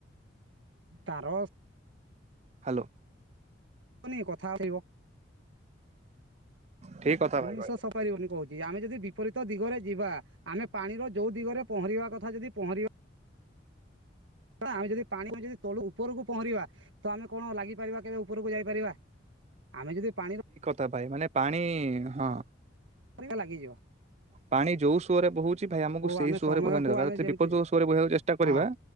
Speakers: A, on the right; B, on the right.
A: ତା ରସ୍
B: ହ୍ୟାଲୋ।
A: ଆନି କଥା <unintelligible>
B: ଠିକ କଥା
A: ମଣିଷ
B: ଭାଇ କହିଲେ
A: ସପାରିବନି କହୁଛି ଆମେ ଯଦି ବିପରୀତ ଦିଗରେ ଯିବା ଆମେ ପାଣିର ଯେଉଁ ଦିଗରେ ପହଁରିବା କଥା ଯଦି ପହଁରିବା ଆମେ ଯଦି ପାଣି ଆମେ ଯଦି ତଳ ଉପରକୁ ପହଁରିବା ତ ଆମେ କଣ ଲାଗିପାରିବା କେବେ ଉପରକୁ ଯାଇପାରିବା। ଆମେ ଯଦି ପାଣି ର
B: ତା ପାଇଁ ମାନେ ପାଣି ହଁ।
A: <unintelligible> ଲାଗିଯିବ।
B: ପାଣି ଯୋଉ ସୁଅରେ ବୋହୁଛି ଭାଇ ଆମକୁ ସେଇ
A: ଆମେ
B: ସୁଅରେ
A: ସମୟକୁ
B: ବୋହିବା ଦରକାର
A: ଆମେ ଯେମିତି
B: ବିପରୀତ ଦିଗ ସୁରେ ବୋହିବାକୁ ଚେଷ୍ଟା କରିବା
A: ହଁ